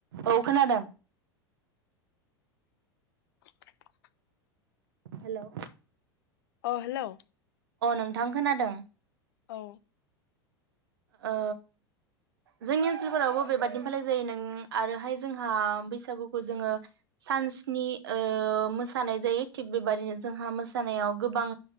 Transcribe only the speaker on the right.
औ खोनादों
हेलौ
नोंथां खोनादों
ओ जोंनि ओनसोलफोरावबो बेबादिनो फालिनाय जायो नों आरोहाय जोंहा बैसागुखौ जोङो सान स्नि ओ मोसानाय जायो थिग बेबादिनो जोंहा मोसानायाव गोबां